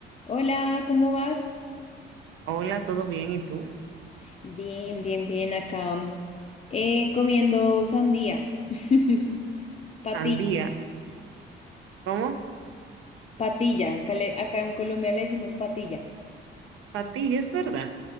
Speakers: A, on the left (about 30°); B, on the right (about 80°).
A: Hola, ¿cómo vas?
B: Hola, ¿todo bien? ¿Y tú?
A: Bien, bien, bien acá. eh, comiendo sandía. <laughs> Patilla,
B: Sandía. ¿Cómo?
A: patilla. Acá, le- acá en Colombia le decimos patilla.
B: Patilla, es verdad.